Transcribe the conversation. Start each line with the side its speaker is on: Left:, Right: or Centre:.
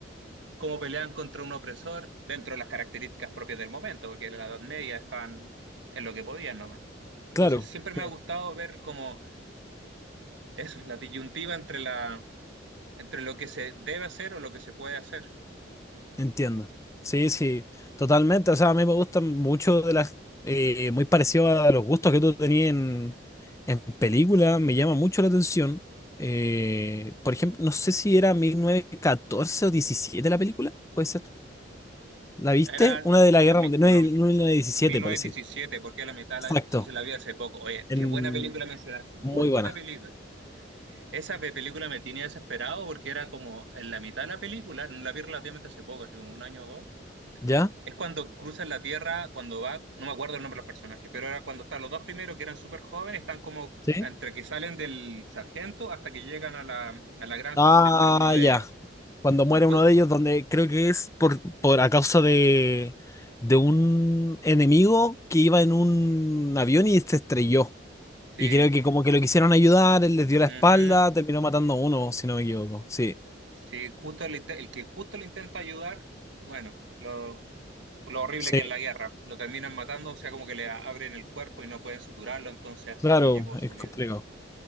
Right: cómo peleaban contra un opresor dentro de las características propias del momento, porque en la Edad Media estaban en lo que podían nomás. Entonces
Left: claro.
Right: siempre me
Left: sí
Right: ha gustado ver como eso, la disyuntiva entre la entre lo que se debe hacer o lo que se puede hacer.
Left: Entiendo. Sí, sí, totalmente. O sea, a mí me gustan mucho de las... eh, muy parecido a los gustos que tú tenías en, en película. Me llama mucho la atención. Eh, por ejemplo, no sé si era 1914 o 17 la película. Puede ser. ¿La viste?
Right: Era
Left: Una de la
Right: la,
Left: Guerra
Right: mi-
Left: Mundial.
Right: no,
Left: No, mil novecientos diecisiete
Right: mil novecientos
Left: parece.
Right: diecisiete porque a la mitad
Left: Exacto.
Right: la, sí se la vi hace poco. Oye,
Left: En-
Right: qué buena película mencionaste, muy
Left: muy
Right: buena
Left: buena.
Right: película. Esa pe- película me tenía desesperado porque era como en la mitad de la película, no la vi relativamente hace poco, hace como un año o dos
Left: ¿Ya?
Right: Es cuando cruzan la Tierra, cuando va, no me acuerdo el nombre de los personajes, pero era cuando están los dos primeros, que eran súper jóvenes, están como
Left: ¿Sí?
Right: entre que salen del sargento hasta que llegan a la, a la granja
Left: Ah,
Right: donde muere uno de
Left: ya.
Right: ellos.
Left: cuando muere
Right: Entonces,
Left: uno de ellos, donde creo que es por, por a causa de, de un enemigo que iba en un avión y se estrelló.
Right: sí,
Left: Y creo que como que lo quisieron ayudar, él les dio la
Right: ujú,
Left: espalda, terminó matando a uno, si no me equivoco. Sí,
Right: sí, justo el, inte- el que justo le intenta ayudar, bueno, lo, lo horrible
Left: sí,
Right: que es la guerra, lo terminan matando, o sea, como que le abren el cuerpo y no pueden suturarlo, entonces hasta
Left: claro,
Right: ahí llegó su
Left: es
Right: vida.
Left: complicado.